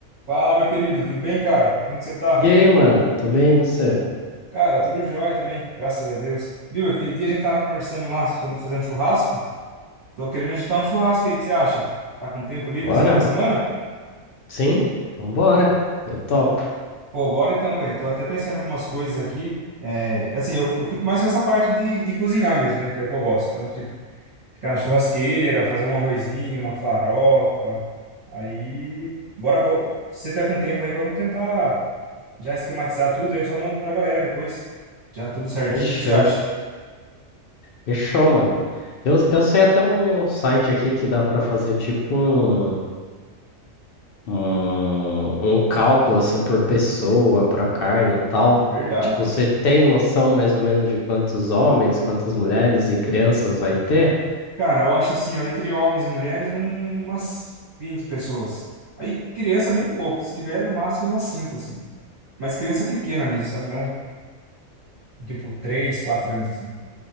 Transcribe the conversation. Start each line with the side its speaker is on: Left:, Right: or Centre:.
Right: Fala, meu querido, tudo bem, cara? Como que você tá?
Left: E aí, mano? Tô bem, e você?
Right: Cara, tudo jóia também, graças a Deus. Viu, aquele dia a gente tava conversando lá sobre fazer um churrasco. Tô querendo agitar um churrasco aí, o que você acha? Tá com tempo livre
Left: Bora?
Right: esse final de semana?
Left: Sim? Vambora. Eu topo.
Right: Pô, bora então, velho. Tô até pensando em algumas coisas aqui. É, assim, eu, eu fico mais com essa parte de, de cozinhar mesmo, né? Que é o que eu gosto. Então, tipo, ficar na churrasqueira, fazer um arrozinho, uma farofa. Aí, bora, bo- se você tá com tempo aí, vamos tentar já esquematizar tudo, aí eu só mando pra galera depois. Já tudo certinho,
Left: Fechou.
Right: o que você acha?
Left: Fechou, mano. Eu, eu sei até um site aqui que dá pra fazer tipo um, um, um cálculo assim por pessoa, pra carne e tal.
Right: Verdade.
Left: Tipo, você tem noção mais ou menos de quantos homens, quantas mulheres e crianças vai ter?
Right: Cara, eu acho assim, ó, entre homens e mulheres, um- umas 20 pessoas. Aí criança bem pouco, se tiver no máximo umas 5 assim. Mas criança pequena mesmo, sabe? Não, tipo 3, 4 anos, assim.